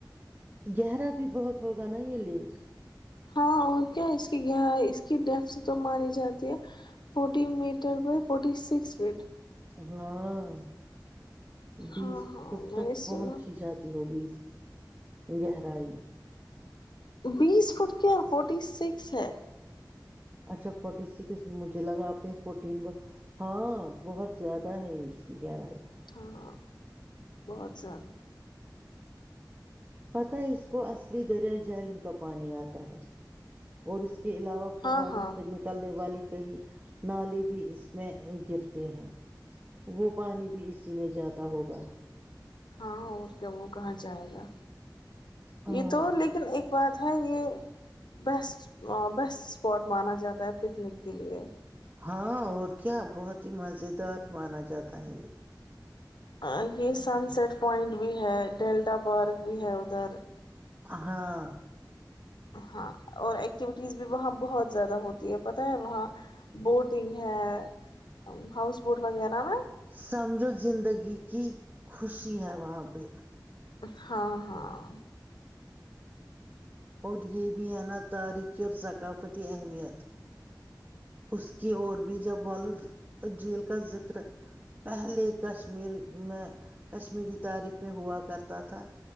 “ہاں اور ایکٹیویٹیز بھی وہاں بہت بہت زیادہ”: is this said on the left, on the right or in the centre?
Left